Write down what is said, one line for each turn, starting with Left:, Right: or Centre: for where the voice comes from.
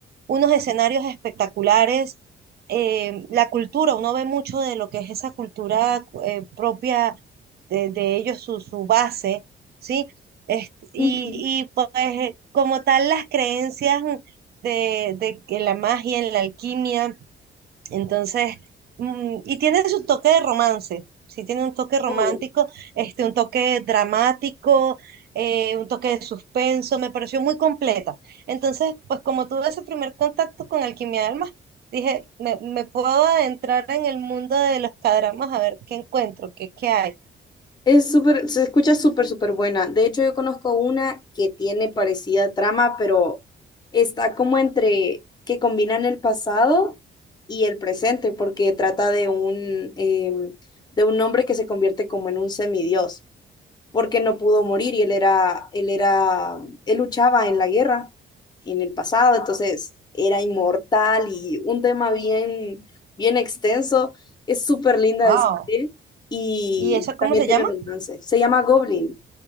Right: unos escenarios espectaculares, eh, la cultura, uno ve mucho de lo que es esa cultura eh, propia de, de ellos, su, su base, ¿sí? Este, y,
Left: Ujú.
Right: y pues eh, como tal las creencias de, de que la magia, en la alquimia. Entonces, mm, y tiene su toque de romance, sí tiene un toque romántico,
Left: Oh.
Right: este, un toque dramático, eh, un toque de suspenso, me pareció muy completa. Entonces, pues como tuve ese primer contacto con Alquimia de Almas, dije, me, me puedo adentrar en el mundo de los cadramas a ver qué encuentro, qué, qué hay.
Left: Es súper, se escucha súper, súper buena. De hecho, yo conozco una que tiene parecida trama, pero está como entre que combinan el pasado y el presente, porque trata de un, em, de un hombre que se convierte como en un semidios porque no pudo morir y él era, él era, él luchaba en la guerra, en el pasado, entonces era inmortal y un tema bien, bien extenso. Es súper linda
Right: Wow.
Left: de asistir y
Right: ¿Y eso cómo
Left: también
Right: se
Left: tiene
Right: llama?
Left: romance. Se llama Goblin,